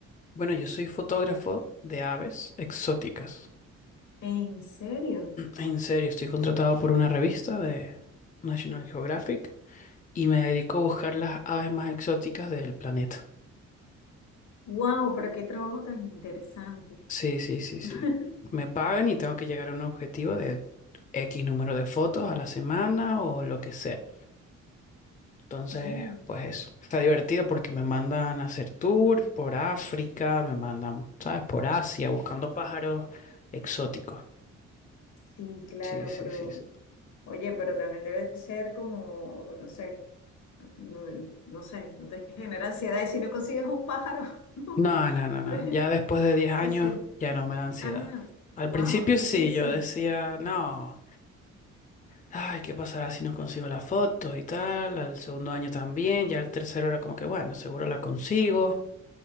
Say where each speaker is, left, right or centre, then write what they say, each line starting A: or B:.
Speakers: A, on the left; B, on the left.
A: Bueno, yo soy fotógrafo de aves exóticas.
B: ¿En serio?
A: En serio, estoy contratado por una revista de National Geographic y me dedico a buscar las aves más exóticas del planeta.
B: ¡Wow! Pero qué trabajo tan interesante.
A: Sí, sí, sí, sí.
B: <laughs>
A: Me pagan y tengo que llegar a un objetivo de X número de fotos a la semana o lo que sea. Entonces,
B: Mm,
A: pues eso. Está divertido porque me mandan a hacer tour por África, me mandan, ¿sabes? Por Asia, buscando pájaros exóticos.
B: sí, claro,
A: Sí, sí,
B: pero
A: sí, sí.
B: oye, pero también debe ser como, no sé. no no sé, no te genera ansiedad. Y si no consigues un pájaro,
A: No, no,
B: <laughs>
A: no, no.
B: por ejemplo,
A: Ya después de 10 años
B: o siempre.
A: ya no me da ansiedad.
B: Ah,
A: Al
B: wow,
A: principio sí,
B: 10
A: yo
B: años.
A: decía, no, ay, ¿qué pasará si no consigo la foto y tal? Al segundo año también, ya al tercero era como que, bueno, seguro la consigo.